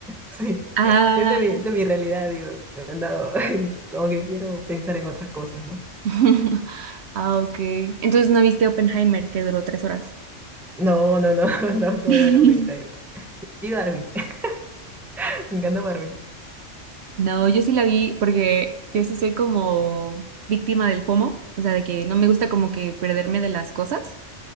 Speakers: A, in the centre; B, on the right.
A: Sí,
B: ah,
A: es de mi, de mi realidad, digo, no, <laughs> como que quiero pensar en otras cosas, ¿no?
B: <laughs> ah, ok. Entonces, ¿no viste Oppenheimer, que duró tres horas?
A: No, no, no, <laughs> no, que
B: <laughs>
A: voy a ver Oppenheimer. Y Barbie, <laughs> me encanta Barbie.
B: No, yo sí la vi porque yo sí soy como víctima del FOMO, o sea, de que no me gusta como que perderme de las cosas.